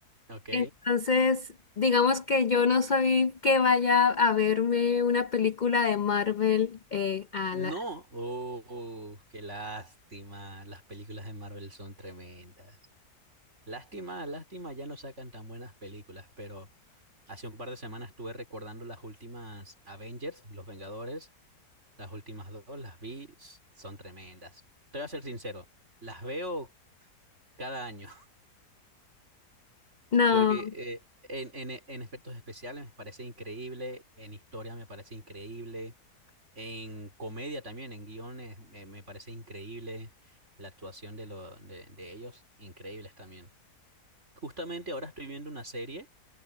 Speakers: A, on the right; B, on the left.
A: ok.
B: Entonces, digamos que yo no soy que vaya a verme una película de Marvel eh, a
A: No,
B: la...
A: oh, qué lástima. Las películas de Marvel son tremendas. Lástima, lástima, ya no sacan tan buenas películas, pero hace un par de semanas estuve recordando las últimas Avengers, Los Vengadores, las últimas dos, las vi, s- son tremendas. Te voy a ser sincero, las veo cada año, <laughs>
B: No,
A: porque eh, en, en, en efectos especiales me parece increíble, en historia me parece increíble. En comedia también, en guiones, me, me parece increíble la actuación de, lo, de, de ellos, increíbles también. Justamente ahora estoy viendo una serie